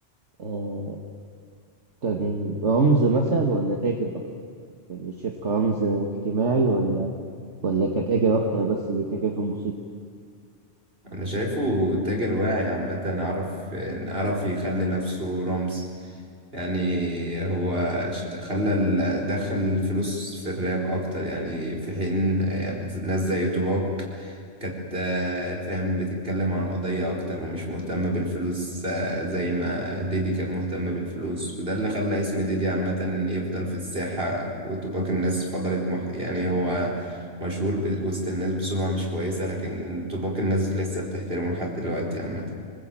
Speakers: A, on the right; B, on the right.
A: آه، كان رمز مثلا ولا تاجر اكتر؟ يعني شايف كرمز اجتماعي ولا ولا كتاجر اكتر بس بيتاجر في الموسيقى؟
B: انا شايفه تاجر واعي عامة عرف عرف يخلي نفسه رمز يعني هو اشت- خلى ال- دخل الفلوس في الراب اكتر يعني في حين يعني ناس زي توباك كانت آه، فاهم بتتكلم عن قضية اكتر ومش مهتمة بالفلوس آه، زي ما ديدي كان مهتم بالفلوس وده اللي خلى اسم ديدي عامة يفضل في الساحة وتوباك الناس فضلت مح يعني هو مشهور ب- وسط الناس بسمعة مش كويسة لكن طباق الناس لسه بتحترمه لحد دلوقتي عامة